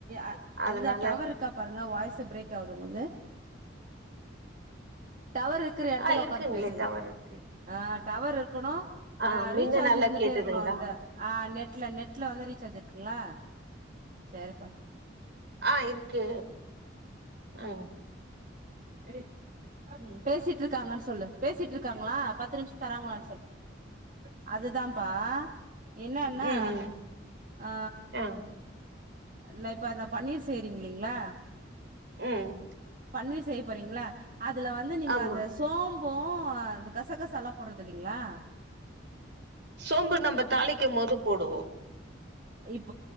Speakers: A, on the right; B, on the right.
A: அ
B: அதனால
A: அதுதா டவர் இருக்கா பாருங்க வாய்ஸ் பிரேக் ஆவுது உங்ளுது டவர் இருக்ற எடத்துல
B: ஆ இருக்குங்களே
A: உக்காந்து பேசுங்க
B: டவர் இருக்கு
A: ஆ டவர் இருக்குணு
B: ஆ
A: அ
B: மின்ன
A: ரீசார்ஜ்
B: நல்லா
A: இருந்துட்டே
B: கேட்டுதுங்களா
A: இருக்குணு அந்த ஆ நெட் இல்ல நெட்ல வந்து ரீசார்ஜ் இருக்குங்களா செரிப்பா
B: ஆ இருக்கே ம்
A: ஏய்
B: ம்
A: பேசிட்டு இருக்காங்கன்னு சொல்லு பேசிட்டு இருக்காங்களா பத்து நிமிஷ தராங்களான்னு சொல்லு அதுதான்ப்பா என்ன
B: ம்
A: னா
B: ம்
A: ஆ
B: ஆ
A: நெட் இப்ப இந்த பன்னீர் செய்றீங்களா
B: ம்
A: பனீர் செய்யப்போறீங்களா அதுல வந்து நீங்க
B: ஆமா
A: அந்த சோம் இப்போ இந்தந கசகசா லா போட்றது இல்லைங்களா
B: சோம்பு நம்ம தாளிக்கு போது போடுவோம்
A: இப்